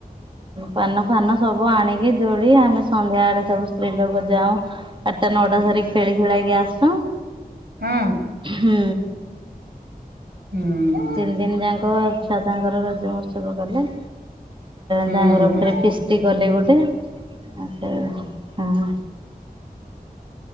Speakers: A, on the right; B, on the right.
A: ପାନ ଫାନ ସବୁ ଆଣିକି ଦୋଳି ଆମେ ସନ୍ଧ୍ୟା ଆଡେ ସବୁ ସ୍ତ୍ରୀ ଲୋକ ଯାଉଁ। ଆଠଟା ନଅଟା ଧରି ଖେଳି ଖୁଳା କି ଆସୁଉ।
B: ହଁ।
A: ହୁଁ।
B: ହୁଁ।
A: ତିନି ଦିନ ଯାକ ଛୁଆ ତାଙ୍କର ରଜ ମହୋତ୍ସବ କଲେ।
B: ହୁଁ
A: ତାଙ୍କର
B: ହୁଁ।
A: ଫରେ ଫିଷ୍ଟି କଲେ ଗୋଟେ। ହେଟୁ ହଁ।